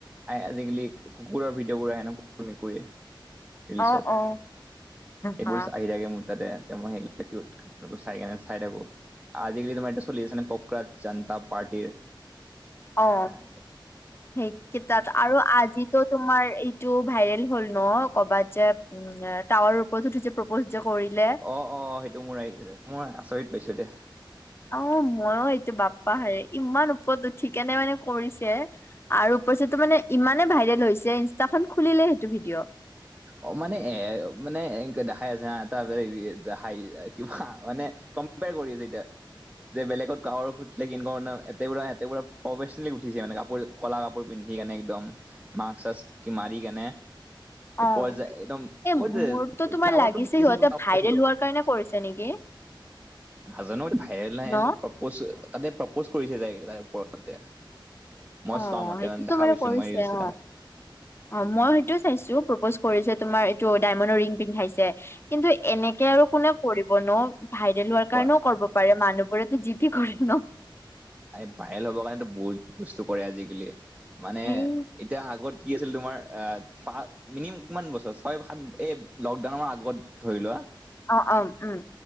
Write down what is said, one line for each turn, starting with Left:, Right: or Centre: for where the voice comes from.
Right: আজিকালি কুকুৰৰ ভিতিঅ ক আহে ন কুকুৰ মেকুৰীৰ ৰিলচত
Left: অ অ
Right: এইবোৰ
Left: হা
Right: আহি থাকে মোৰ তাতে মই চাই চাই থাকো আজিকালি তোমাৰ এয়া চলি আছ নে ককৰাত জনতা পাৰ্টিৰ ধাই
Left: অ
Right: ধাই
Left: সেইকেইটাত আৰু আজিতো তোমাৰ এইটো ভাইৰেল হ'ল ন ক'বাত যে উম টাৱাৰৰ ওপৰত উঠি যে প্ৰপজ যে কৰিলে
Right: অ' অ' সেইটো মোৰ মই আচৰিত পাইছো দে।
Left: অ ময়ো এইটো বাপ্পাহাৰে ইমান ও- পট উঠি কনে মানে কৰিছে আৰু পচটো মানে ইমানে ভাইৰেল হৈছে। যে ইনষ্টাখন খুলিলে সেইটো ভিডিঅ'।
Right: অ মানে এ মানে এ দেখাই আছে তাৰ হাই, কিবা মানে কম্পেয়াৰ কৰি যে এতিয়া। যে বেলেগত গাঁৱৰ সুধিলে কিন অ অনা এতে বোৰা এতেবোৰা প্ৰফেচনেলি উঠিছে মানে কাপোৰ কলা কাপোৰ পিন্ধ- -কানে, একদম মাকছ-চাকছ মাৰি কেনে
Left: অ
Right: পায় যে একদম
Left: এ
Right: ক দেজ
Left: মোৰতো তোমাৰ
Right: টাৱাৰটো
Left: লাগিছে
Right: কি <unintelligible>
Left: সিহঁতে ভাইৰেল হোৱাৰ কাৰণে কৰিছে নেকি
Right: নাজানো ভাইৰেল এণ্ড
Left: ন?
Right: প্ৰপচ। তাতে প্ৰপ'জ কৰিছে যায়, তে ওপৰতে মই
Left: অ
Right: চোৱা মতে
Left: সেইটোতো
Right: মানে দেখা
Left: বাৰু
Right: পাইছো
Left: কৰিছে
Right: মই ৰিলচ কেইটামান
Left: অ, অ মই সেইটো চাইছো, প্ৰপজ কৰিছে তোমাৰ এইটো ডায়মণ্ডৰ ৰিং পিন্ধাইছে, কিন্তু এনেকে আৰু কোনে কৰিব ন। ভাইৰেল হোৱাৰ কাৰণেও
Right: অ
Left: কৰিব পাৰে, মানুহবোৰেতো যি টি কৰে ন।
Right: এই ভাইৰেল হ'বৰ কাৰণেতো বহুত বস্তু কৰে আজিকালি, মানে
Left: এই
Right: এতিয়া আগত কি আছিল তোমাৰ আ, পা মিনমাম কিমান বছৰ ছয়, সাত এই লকডাউনৰ আগত ধৰি লোৱা
Left: অ অ উম।